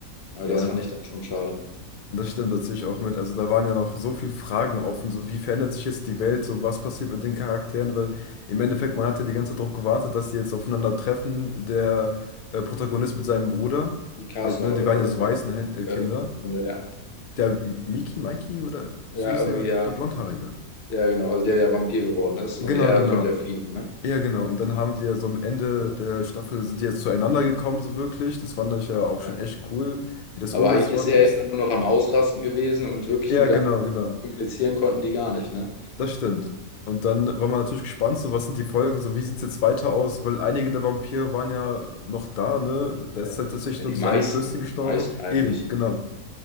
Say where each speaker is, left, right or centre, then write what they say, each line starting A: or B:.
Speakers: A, on the left; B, on the left.
A: Na,
B: Ja,
A: das fand ich dann schon schade.
B: das stimmt, das sehe ich auch mit. Also da waren ja noch so viele Fragen offen, so wie verändert sich jetzt die Welt, so was passiert mit den Charakteren, weil im Endeffekt, man hat ja die ganze Zeit darauf gewartet, dass die jetzt aufeinandertreffen, der äh, Protagonist mit seinem Bruder,
A: Mikasa,
B: halt, ne,
A: oder
B: die waren
A: war
B: ja
A: das,
B: so
A: oder?
B: Waisenkinder.
A: Äh, und der,
B: Der Miki, Mikey oder
A: ja,
B: so hieß
A: irgendwie,
B: er ja,
A: ja,
B: der Blondhaarige.
A: ja, genau, also der ja Vampir geworden ist und
B: Genau,
A: er
B: genau.
A: konnte ja fliehen, ne?
B: Ja, genau. Und dann haben die ja so am Ende der Staffel sind die jetzt zueinander gekommen, so wirklich. Das fand ich ja auch
A: Ja.
B: schon echt cool, wie das
A: Aber
B: umgesetzt
A: eigentlich ist
B: worden
A: er
B: ist.
A: ja dann nur noch am Ausrasten gewesen und wirklich
B: Ja,
A: mit
B: genau, genau.
A: kommunizieren konnten die gar nicht, ne?
B: Das stimmt. Und dann war man natürlich gespannt, so was sind die Folgen, so wie sieht es jetzt weiter aus, weil einige der Vampire waren ja noch da, ne? Da
A: Ja,
B: ist halt tatsächlich
A: ja die
B: nur diese
A: meisten,
B: eine Fürstin gestorben.
A: die meisten eigentlich.
B: Eben, genau.